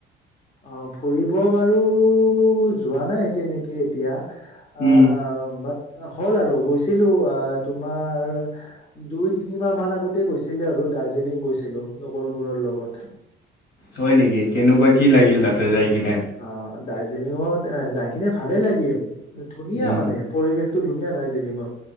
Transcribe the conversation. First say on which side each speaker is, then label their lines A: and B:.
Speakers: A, on the left; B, on the left.
A: অ ফুৰিব বাৰু যোৱা নাই তেনেকে এতিয়া অ
B: উম
A: বাট হ'ল আৰু গৈছিলো অ তোমাৰ দুই তিনিমাহ মান আগতে গৈছিলে আৰু দাৰ্জিলিং গৈছিল ছিলো লগৰবোৰৰ লগত।
B: হয় নেকি কেনেকুৱা কি লাগিল তাতে যাই। কিনে
A: অ দাৰ্জিলিঙত যাই কিনে ভালে লাগিল, ধুনীয়া
B: উম
A: মানে পৰিৱেশ ধুনীয়া দাৰ্জিলিঙৰ